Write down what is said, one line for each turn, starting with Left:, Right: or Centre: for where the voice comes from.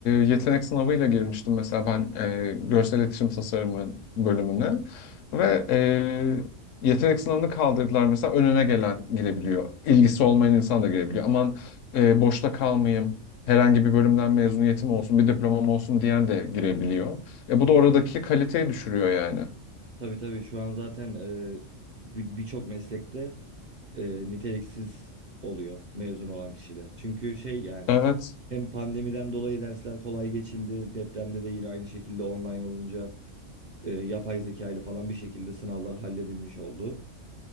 Left: yetenek sınavıyla girmiştim mesela ben e, görsel iletişim tasarımı bölümüne ve e, yetenek sınavını kaldırdılar mesela önüne gelen girebiliyor. İlgisi olmayan insan da girebiliyor. Aman e, boşta kalmayayım. Herhangi bir bölümden mezuniyetim olsun, bir diplomam olsun diyen de girebiliyor. E bu da oradaki kaliteyi düşürüyor yani.
Right: Tabii tabii şu an zaten e, bir- birçok meslekte e, niteliksiz oluyor mezun olan kişiler. Çünkü şey yani
Left: Evet,
Right: hem pandemiden dolayı dersler kolay geçildi. Depremde de yine aynı şekilde online olunca e, yapay zeka ile falan bir şekilde sınavlar halledilmiş oldu.